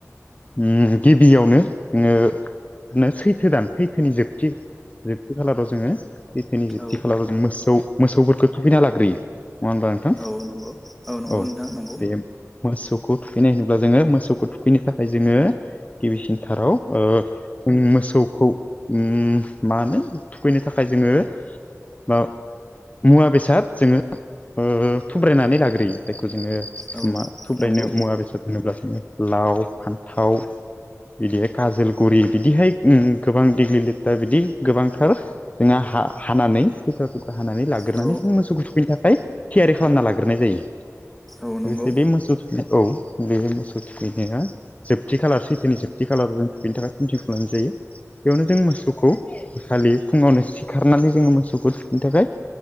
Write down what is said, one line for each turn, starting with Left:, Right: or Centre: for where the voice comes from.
Left: ओम गिबियावनो ओ जोङो सैथो दान सैथोनि जोबथि जोबथि खालाराव जोङो सैथोनि जोबथि
Centre: औ
Left: खालाराव जों मोसौ मोसौफोरखौ थुखैना लाग्रोयो नङा होनबा नोंथां
Centre: औ नंगौ नंगौ
Left: औ
Centre: नोंथां नंगौ
Left: बे मोसौखौ थुखैनाय होनोब्ला जोङो मोसौखौ थुखैनो थाखाय जोङो गिबिसिनथाराव ओ जों मोसौखौ ओम मा होनो थुखैनो थाखाय जोङो माबा मुवा बेसाद जोङो ओ थुब्रायनानै लाग्रोयो जायखौ जोङो
Centre: औ
Left: मा थुब्रायनाय
Centre: नंगौ
Left: मुवा बेसाद होनोब्ला जोङो लाव फान्थाव बिदिहाय काजोलगुरि ओम बिदिहाय गोबां दिग्लि लिटा बिदि गोबांथार जोंहा हा हानानै थुख्रा थुख्रा हानानै लाग्रोनानै
Centre: औ
Left: जों मोसौखौ थुखैनो थाखाय थियारि खालामना लाग्रोनाय जायो
Centre: औ नंगौ
Left: लोगोसे बे मोसौ थुखै औ बे मोसौ थुखैनाया जोबथि खालार सैथोनि जोबथि खालाराव जों बेनि थाखाय पेन्टिं खालामनाय जायो बेयावनो जों मोसौखौ खालि फुङावनो सिखारनानै जोङो मोसौखौ थुखैनो थाखाय